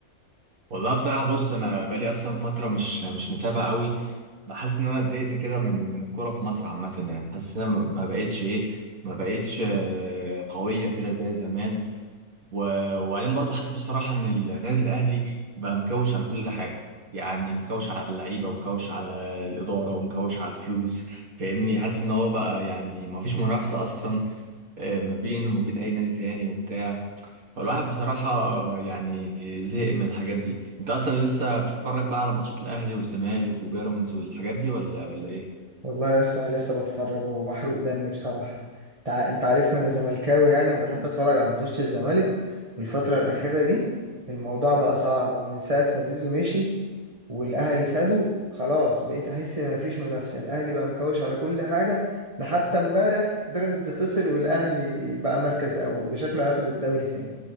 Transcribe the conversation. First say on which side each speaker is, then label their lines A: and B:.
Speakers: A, on the right; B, on the right.
A: والله بصراحه بص انا بقالي اصلا فتره مش مش متابع قوي بحس ان انا زهقت كده من من الكوره في مصر عامه يعني حاسس إن أنا ما بقتش ايه ما بقتش آه، قويه كده زي زمان و- وبعدين برضو حاسس بصراحه ان النادي الاهلي بقى مكوش على كل حاجه يعني مكوش على اللعيبه ومكوش على الاداره ومكوش على فلوس فاهمني حاسس ان هو بقى يعني ما فيش منافسه اصلا آه، ما بينه وما بين اي نادي تاني وبتاع هو الواحد بصراحة يعني زهق من الحاجات دي انت اصلا لسه بتتفرج بقى على ماتشات الاهلي والزمالك وبيراميدز والحاجات دي ولا ولا ايه
B: والله يا اسطى انا لسه بتفرج ومحروق دمي بصراحه تع... انت عارفني انا زملكاوي يعني وبحب اتفرج على ماتشات الزمالك والفتره الاخيره دي الموضوع بقى صعب ومن ساعه ما زيزو مشي والاهلي خده خلاص بقيت احس ان مفيش منافسه الاهلي بقى مكوش على كل حاجه ده حتى امبارح بيراميدز خسر والاهلي بقى مركز اول وشكله هياخد الدوري تاني